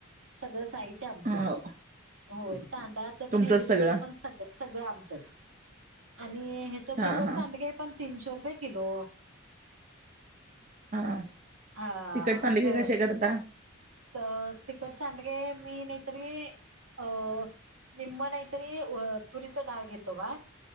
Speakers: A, on the right; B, on the right.
A: सगळं साहित्य आमचंच
B: हा
A: होय तांदळाचं
B: तुमचंच
A: पण हे डिस्कोच
B: सगळं
A: पण सगळं. सगळं आमचंच आणि ह्याच
B: हा
A: तिखट सांडगे
B: हा
A: पण. तीनशो रुपये किलो.
B: हा.
A: हा
B: तिकट सांडगे
A: असं
B: कसे करता
A: तर तिखट सांडगे मी नाहीतरी अ निम्म नयतरी तुरीच डाळग येत वा..